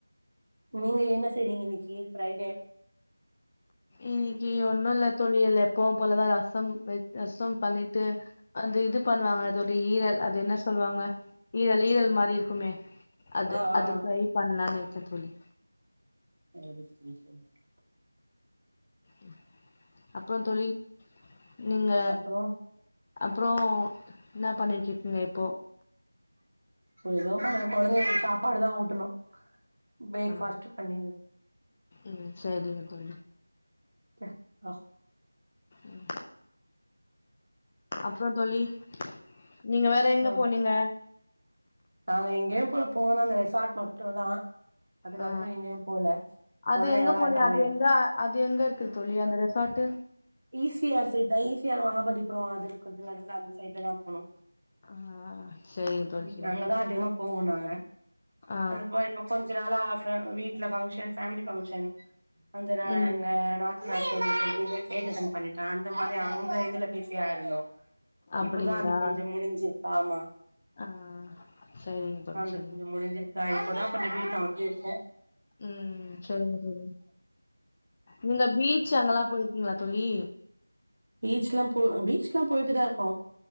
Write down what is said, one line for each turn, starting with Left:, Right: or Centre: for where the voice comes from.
Right: நீங்க என்ன செய்றீங்க இன்னைக்கு ஃப்ரைடே
Left: இன்னிக்கு ஒன்னு இல்ல தோழி எல் எப்பவு போலதா ரசம் க் ரசம் பண்ணிட்டு அந்த இது பண்ணுவாங்க தோழி ஈரல் அது என்ன சொல்லுவாங்க ஈரல் ஈரல் மாரி இருக்குமே அது
Right: ஆ ஆ
Left: அது ஃப்ரை பண்ணலான்னு இருக்க தோழி
Right: <unintelligible>
Left: ம் அப்றோ தோழி நீங்க
Right: அப்றோ
Left: அப்றோ இன்னா பண்ணிட்ருக்கீங்க இப்போ
Right: எதவு பண்ணல குழந்தைகளுக்கு சாப்பாடு தா ஊட்டணு பிரேக்ஃபாஸ்ட்
Left: ஆ
Right: பண்ணி
Left: ம் சரிங்க தோழி
Right: க்யா ஆ
Left: ம் அப்றோ தோழி நீங்க வேற எங்க
Right: ஆ
Left: போனீங்க
Right: நாங்க எங்கேயு போல போனது அந்த ரெசார்ட் மட்டோந்தா அதுக்கப்றோ
Left: ஆ
Right: எங்கயு போல
Left: அது
Right: குழந்தைங்கல்லா
Left: எங்க போனி
Right: இருக்காங்கன்
Left: அது எங்க அது எங்க இருக்குது தோழி அந்த resort
Right: E C R side தா ஈ சி ஆர் மகாபல்லிபுறோ அதுக்கு கொஞ்ச நடுவுல அந்த சைட்ல தா போனோ
Left: ஆ செரிங்க தோழி
Right: ம்
Left: செரிங்க
Right: நாங்கதா
Left: தோழி
Right: அதிகமா போவோ நாங்க
Left: ஆ
Right: அதுக்கு போயிருப்போ கொஞ்ச நாளா ஆஃப்ல வீட்ல பங்க்ஷன் ஃபேமிலி பங்க்ஷன் கொஞ்ச நாளா
Left: ம்
Right: எங்க நாத் <unintelligible> ஏஜ் பண்ணிட்டா அந்த மாரி அங்க இதுல பிஸியா இருந்தோ
Left: அப்டிங்களா
Right: இப்தா அது கொஞ்ச முடிஞ்சிருக்கு ஆமா
Left: ஆ செரிங்க தோழி
Right: அந்த
Left: செரிங்க
Right: கொஞ்ச முடிஞ்சிருக்க இப்போதா கொஞ்ச வீட்ல வந்து இருக்கோ
Left: ம் சரிங்க தோழி நீங்க பீச் அங்கல்லா போயிருக்கீங்களா தோழி
Right: பீச்லா போ பீச் எல்லா போயிட்டுதா இருக்கோ